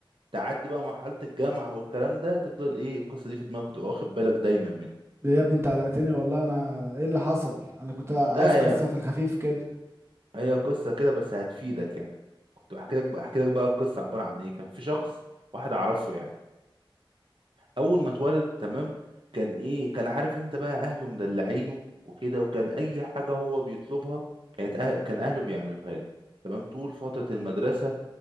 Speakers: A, on the right; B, on the right.
A: تعدي بقى مرحله الجامعه والكلام ده تفضل ايه القصه دي في دماغك وتبقى واخد بالك دايما منها
B: ليه يا ابني انت قلقتني والله انا ايه اللي حصل انا كنت عايز
A: ده هي
B: قصه في الخفيف كده
A: هي قصه كده بس هتفيدك يعني كنت بحكي لك بحكي لك بقى القصه عباره عن ايه كان في شخص واحد اعرفه يعني اول ما اتولد تمام كان ايه كان عارف انت بقى اهله مدلعينه وكده وكان اي حاجه هو بيطلبها كانت أه... كان اهله بيعملوها له تمام طول فتره المدرسه